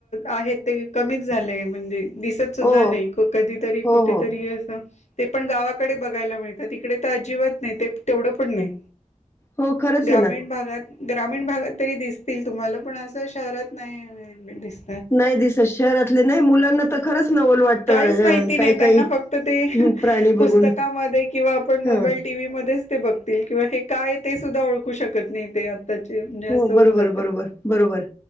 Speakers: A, on the left (about 65°); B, on the left (about 20°).
A: आहेत ते कमीच झाले म्हणजे दिसत सुद्धा
B: हो
A: नाही. कधीतरी
B: हो
A: कुठेतरी
B: हो
A: ते पण गावाकडे बघायला मिळतात. इकडे तर अजिबात नाही ते तेवढं पण नाही.
B: हो खरंच
A: ग्रामीण
B: आहे ना
A: भागात ग्रामीण भागात तरी दिसतील तुम्हाला पण असं शहरात नाही मिळ दिस
B: नाही दिसत शहरातले नाही मुलांना तर खरंच नवल वाटतं
A: काहीच माहिती
B: अ, काही
A: नाही त्यांना
B: काही
A: फक्त ते
B: हम्म प्राणी
A: पुस्तकामध्ये
B: बघून
A: किंवा आपण मोबाईल
B: हा
A: टीव्ही मध्येच ते बघतील किंवा हे काय ते सुद्धा ओळखू शकत नाही ते आत्ताचे म्हणजे असं
B: हो बरोबर
A: होऊन जातं.
B: बरोबर बरोबर